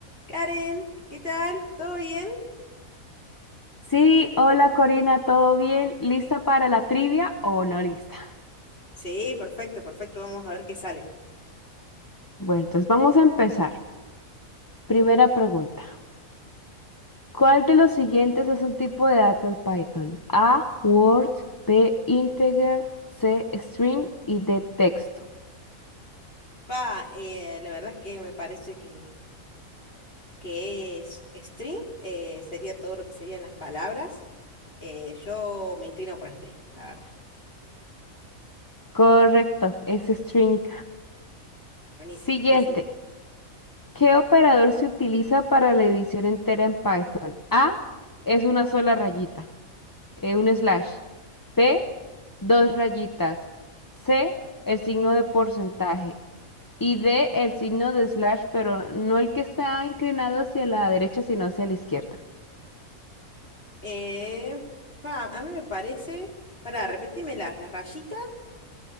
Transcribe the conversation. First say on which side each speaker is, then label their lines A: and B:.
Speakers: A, on the left; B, on the left.
A: Karen, ¿qué tal? ¿Todo bien?
B: Sí, hola Corina, ¿todo bien? ¿Lista para la trivia o no lista?
A: Sí, perfecto, perfecto. Vamos a ver qué sale.
B: Bueno, entonces vamos a empezar. Primera pregunta. ¿Cuál de los siguientes es un tipo de dato en Python? A, Word, B, integer, C, string y D, texto.
A: Pa, eh, la verdad es que me parece que, que es string, eh, sería todo lo que serían las palabras. Eh, yo me inclino por string, la verdad.
B: Correcto, es string.
A: Buenísimo,
B: Siguiente.
A: buenísimo.
B: ¿Qué operador se utiliza para la división entera en Python? A, es una sola rayita. eh, un slash. P, dos rayitas. C, el signo de porcentaje. Y D, el signo de slash, pero no el que está inclinado hacia la derecha, sino hacia la izquierda.
A: Eh, fa, a mí me parece. Pará, repetime las, las rayitas.